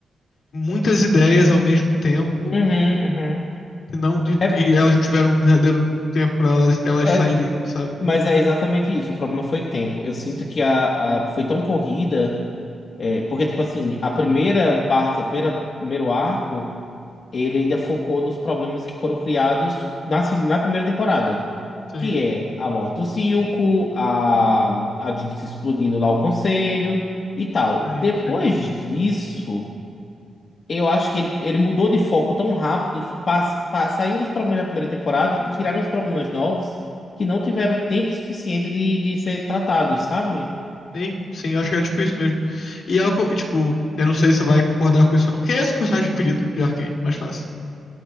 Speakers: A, on the left; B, on the left.
A: muitas ideias ao mesmo tempo
B: Uhum, uhum.
A: e não e,
B: É,
A: e elas não tiveram um verdadeiro tempo para elas, elas
B: é-
A: saírem, sabe?
B: mas é exatamente isso. O problema foi tempo. Eu sinto que a, a- foi tão corrida, é, porque tipo assim, a primeira parte, a primeira primeiro arco ele ainda focou nos problemas que foram criados na, se- na primeira temporada,
A: Sim,
B: que é a morte do Silco, a, a Jinx explodindo lá o conselho e tal.
A: sim,
B: Depois
A: sim.
B: disso, eu acho que ele, ele mudou de foco tão rápido que pas- pa- saiu dos problemas da primeira temporada e criaram os problemas novos que não tiveram tempo suficiente de, de ser tratados, sabe?
A: Sim, sim, eu acho que é tipo isso mesmo. E é o que eu- tipo, eu não sei se você vai concordar com isso ou não. Quem é esse personagem preferido de Arcane? Mais fácil.